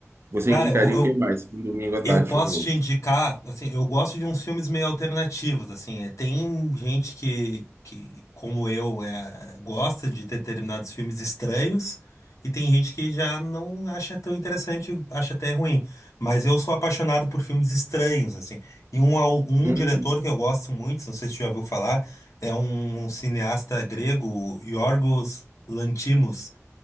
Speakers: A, on the right (about 55°); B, on the left (about 75°).
A: Você
B: Cara,
A: indicaria
B: eu, eu
A: o que mais? Um domingo à tarde
B: Eu posso
A: chuvoso.
B: te indicar, assim, eu gosto de uns filmes meio alternativos, assim, eh, tem gente que, que como eu, é, gosta de ter determinados filmes estranhos, e tem gente que já não acha tão interessante, acha até ruim, mas eu sou apaixonado por filmes estranhos, assim, e um, au- um
A: Uhum.
B: diretor que eu gosto muito, não sei se você já ouviu falar, é um cineasta grego, Yorgos Lanthimos,